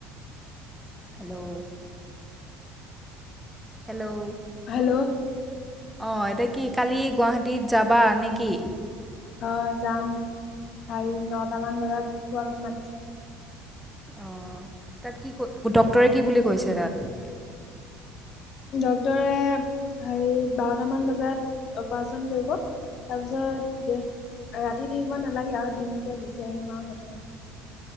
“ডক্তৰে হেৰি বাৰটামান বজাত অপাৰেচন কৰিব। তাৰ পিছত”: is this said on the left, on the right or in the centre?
Left